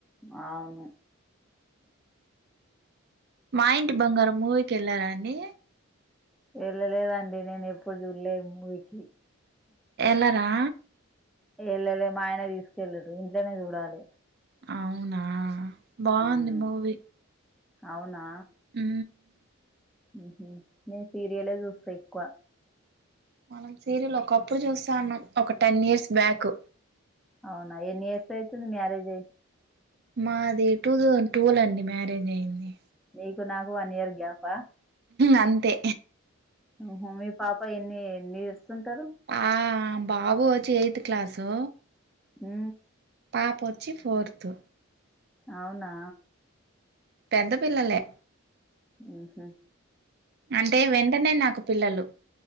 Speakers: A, in the centre; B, on the right.
A: అవును
B: మా ఇంటి బంగారం మూవీకెళ్ళారా అండి
A: వేళ్ళ లేదండి నేను ఎప్పుడు చూడలేే మూవికి
B: ఎల్లరా
A: ఎళ్ళలే మా ఆయన తీసుకెళ్ళడు ఇంట్లనే చూడాలే
B: అవునా బాగుంది
A: హ్మ్.
B: మూవీ
A: అవునా
B: హ్
A: ఉహ్ నేను సీరియలే చూస్తా ఎక్కువ
B: మనం సీరియల్ ఒకప్పుడు చూస్తా ఉన్నాం ఒక టెన్ ఇయర్స్ బ్యాకు
A: అవునా ఎన్ని ఇయర్స్ అయితుంది మ్యారేజ్ అయ్యి
B: మాది టూ థౌంజడ్ ట్వెల్వ్ అండి మ్యారేజ్ అయింది
A: నీకు నాకు వన్ ఇయర్ గ్యాపా
B: అంతే
A: ఉహ్ మీ పాప ఎన్ని ఎన్ని ఇయర్సుంటారు.
B: ఆ బాబు వచ్చి ఎయిత్ క్లాసు
A: హ్
B: పాప ఓచ్చి ఫోర్త్
A: అవునా
B: పెద్ద పిల్లలే
A: ఉహ్
B: అంటే వెంటనే నాకు పిల్లలు